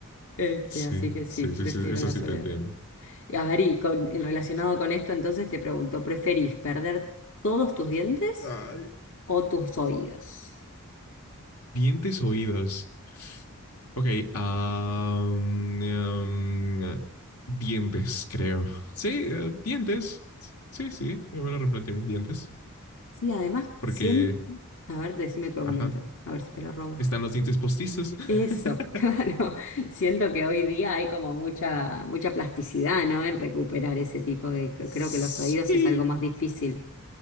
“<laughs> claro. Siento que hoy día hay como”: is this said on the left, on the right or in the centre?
Left